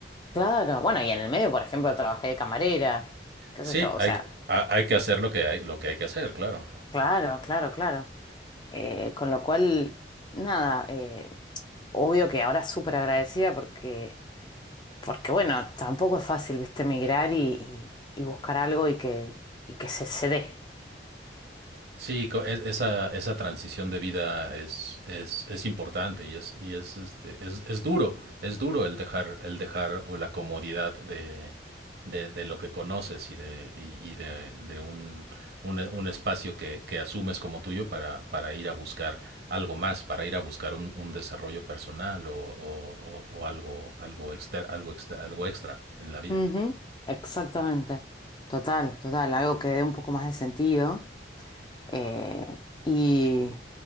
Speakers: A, on the left; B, on the right.
A: Claro, bueno, y en el medio, por ejemplo, trabajé de camarera, qué
B: Sí,
A: sé yo, o
B: hay,
A: sea...
B: que- ha- hay que hacer lo que hay, lo que hay que hacer, claro.
A: Claro, claro, claro. Eh, con lo cual, nada, eh, obvio que ahora súper agradecida porque, porque, bueno, tampoco es fácil, viste, migrar y, y- y buscar algo y que, y que se, se dé.
B: Sí, co- es- esa, esa transición de vida es, es, es importante y es, y es, este, es, es duro, es duro el dejar, el dejar o la comodidad de, de, de lo que conoces y de, y, y de, de un, un, un espacio que, que asumes como tuyo para, para ir a buscar algo más, para ir a buscar un, un desarrollo personal o, o, o- o algo, algo, exter- algo, extra, algo extra en la vida.
A: Ujú, Exactamente. Total, total, algo que dé un poco más de sentido. Eh, y,